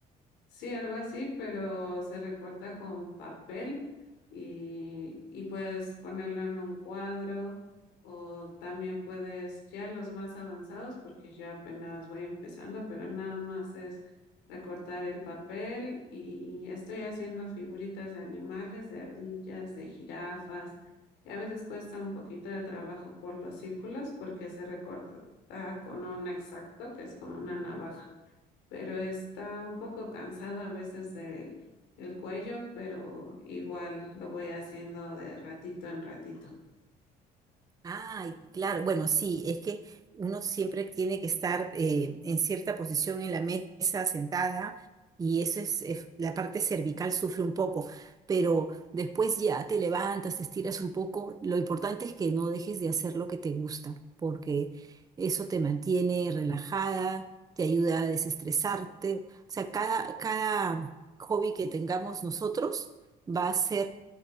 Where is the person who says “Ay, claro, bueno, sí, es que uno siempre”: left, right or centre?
Right